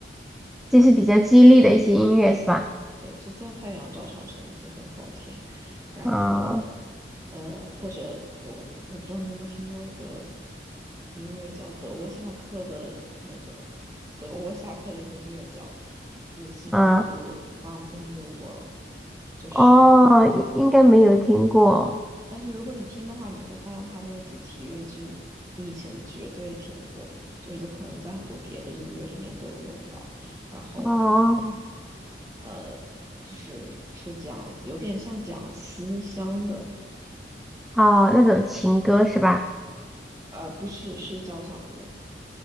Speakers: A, in the centre; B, on the right.
A: 就是比较激励的一些音乐是吧？
B: 对，就叫太阳照常升起，很好听。然后，
A: 啊
B: 呃，或者我我不知道你有没有听过一个音乐叫德沃夏克的那个德沃夏克的音乐叫《自新大陆》（From
A: 啊
B: the New World），就是，
A: 哦，应应该没有听过
B: 但是如果你听的话，你会发现它那个主题乐句你你以前绝对听过，就是可能在很多别的音乐里面都有用到。然后
A: 哦
B: 呃，就是是讲有点像讲思乡的，
A: 哦，那种情歌是吧？
B: 呃，不是是交响乐，